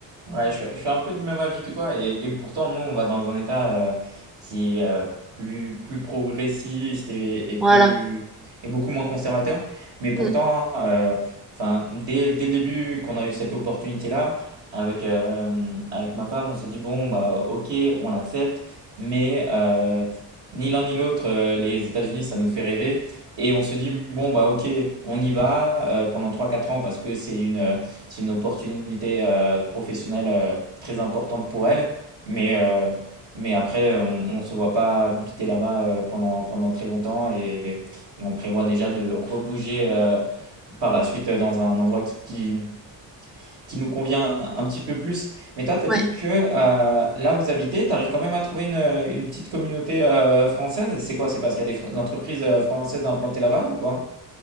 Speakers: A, on the right; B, in the centre.
A: Ouais, je suis, je suis un peu du même avis que toi. Et, et pourtant, nous, on va dans un état euh, qui est euh, plus, plus progressiste et, et plus,
B: voilà.
A: et beaucoup moins conservateur. Mais pourtant,
B: Mmh.
A: euh, enfin, dès, dès le début qu'on a eu cette opportunité-là, avec, euh, avec ma femme, on s'est dit, bon, bah, ok, on l'accepte. Mais euh, ni l'un ni l'autre, euh, les États-Unis, ça nous fait rêver. Et on se dit, bon, bah, ok, on y va euh, pendant trois quatre ans parce que c'est une c'est une opportunité euh, professionnelle euh, très importante pour elle. Mais, euh, mais après, on ne se voit pas habiter là-bas euh, pendant, pendant très longtemps et, et on prévoit déjà de rebouger euh, par la suite dans un endroit qui, qui, qui nous convient un petit peu plus. Mais toi, tu as
B: Ouais.
A: dit que euh, là où vous habitez, tu arrives quand même à trouver une, une petite communauté euh, française. C'est quoi? C'est parce qu'il y a des fr- entreprises euh, françaises implantées là-bas ou quoi?